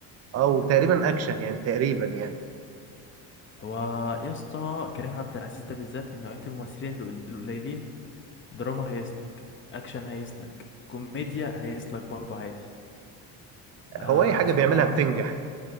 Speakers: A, on the right; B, on the left.
A: او تقريبا اكشن يعني تقريبا يعني
B: هو يا اسطى كريم عبد العزيز ده بالذات من نوعية الممثلين القل- القليلين دراما هيسلك اكشن هيسلك كوميديا هيسلك برضو عادي آه
A: هو اي حاجة
B: بصراحة
A: بيعملها بتنجح